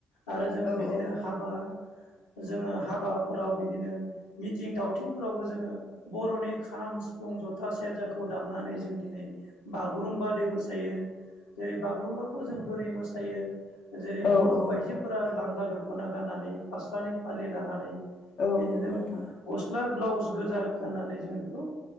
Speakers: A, on the left; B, on the left.
A: आरो जोङो
B: औ
A: बिदिनो
B: औ
A: हाबा जोङो हाबाफोराव बिदिनो मिथिं दावथिंफोरावबो जोङो बर'नि खाम सिफुं जथा सेरजाखौ दामनानै जों दिनै बागुरुम्ब दै मोसायो। जेरै बागुरुम्बाखौ जों बोरै मोसायो जेरै
B: औ
A: बर'
B: औ
A: आइजो फोर लांगा दख'ना गाननानै फास्रानि फालि लानानै
B: औ
A: बिदिनो
B: नंगौ नोंथां
A: गस्ला ब्लाउस गोजा गाननानै जोङो बेखौ